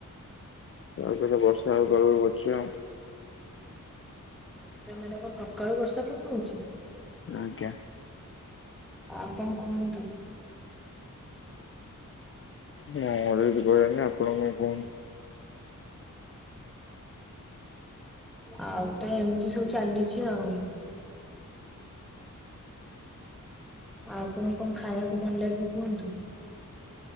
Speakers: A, on the left (about 40°); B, in the centre.
A: ପାଗତ ବର୍ଷା ହବ ପାଗ କରିଚି ଆଉ।
B: ଆଚ୍ଛା ମାନେ କଣ ସକାଳୁ ବର୍ଷା ପକଉଛି?
A: ଆଜ୍ଞା।
B: ଆଉ କଣ କୁହନ୍ତୁ?
A: ମୋର କିଛି କହିବାର ନାଇଁ ଆପଣ କଣ କୁହନ୍ତୁ।
B: ଆଉତ ଏମିତି ସବୁ ଚାଲିଚି ଆଉ। ଆଉ ଆପଣଙ୍କୁ କଣ ଖାଇବାକୁ ଭଲ ଲାଗେ କୁହନ୍ତୁ?